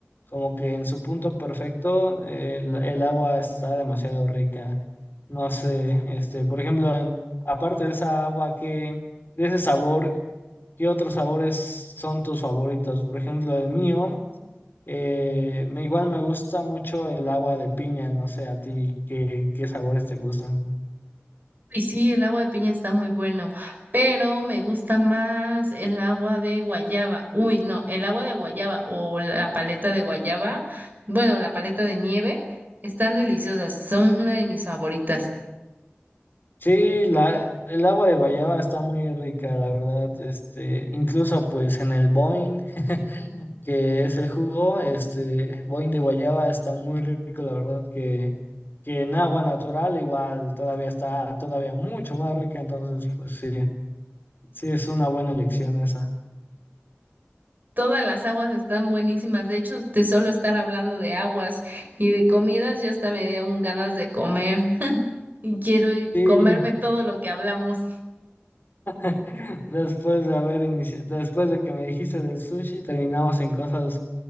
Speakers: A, on the left (about 55°); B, on the right (about 45°).
A: como que en su punto perfecto eh, el, el agua está demasiado rica. No sé, este, por ejemplo, en- aparte de esa agua que, de ese sabor, ¿qué otros sabores son tus favoritos? Por ejemplo, el mío, eh, me- igual me gusta mucho el agua de piña, no sé a ti qué, qué sabores te gustan.
B: Y sí, el agua de piña está muy bueno, pero me gusta más el agua de guayaba. Uy, no, el agua de guayaba o la paleta de guayaba, bueno, la paleta de nieve, están deliciosas, son una de mis favoritas.
A: Sí, la, el agua de guayaba está muy rica, la verdad. Este, incluso pues en el Boing, que es el jugo, este, Boing de guayaba está muy rico, la verdad, que, que en agua natural igual todavía está todavía mucho más rica, entonces pues sí, sí es una buena elección esa.
B: Todas las aguas están buenísimas. De hecho, de solo estar hablando de aguas y de comidas, ya hasta me dieron ganas de comer <laughs> y quiero ir-
A: Sí,
B: comerme todo lo que hablamos.
A: <laughs> después de haber iniciado, después de que me dijiste del sushi, terminamos en cosas